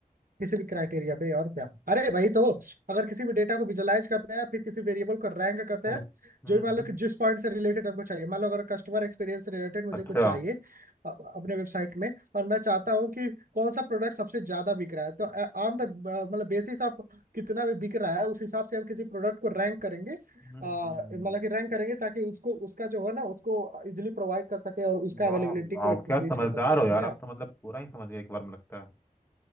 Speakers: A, on the right; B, on the left.
A: किसी भी क्राइटेरिया पे और क्या अरे भाई तो अगर किसी भी डेटा को विजुलाइज करते हैं फिर किसी वेरिएबल को रैंक करते
B: हम्म
A: हैं
B: बस। हम्म,
A: जो भी मान लो कि जिस पॉइंट से रिलेटेड हमको चाहिए मान लो अगर कस्टमर एक्सपीरियंस से रिलेटेड मुझे
B: अच्छा
A: कुछ चाहिए अ- अपने वेबसाइट में और मैं चाहता हूँ कि कौन सा प्रोडक्ट सबसे ज्यादा बिक रहा है तो ऑन द मतलब बेसिस ऑफ कितना भी बिक रहा है उस हिसाब से हम किसी प्रोडक्ट को रैंक करेंगे अ,
B: हम्म
A: मतलब कि रैंक करेंगे ताकि उसको उसका जो है ना उसको इजिली प्रोवाइड कर सके और उसका
B: वाह
A: अवेलेबिलिटी
B: वाह
A: को इंक्रीज
B: क्या समझदार
A: कर सके समझे
B: हो यार
A: आप
B: आप तो मतलब पूरा ही समझ गए एक बार में लगता है